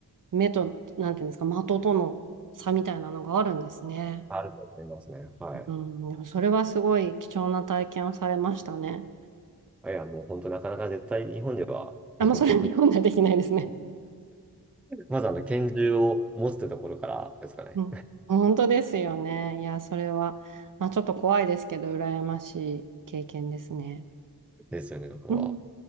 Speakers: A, on the right (about 50°); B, in the centre.
A: 目と、なんていうんですか、的との差みたいなのがあるんですね。
B: あると思いますね。はい。
A: うん、でもそれはすごい貴重な体験をされましたね。
B: いや、もう本当なかなか絶対日本では経験できない。
A: あ、もうそれは日本ではできないですね。
B: まずあの、拳銃を持つってところからですかね。
A: うん。本当ですよね。いや、それは、まあちょっと怖いですけど、羨ましい経験ですね。
B: ですよね、ここは。
A: うん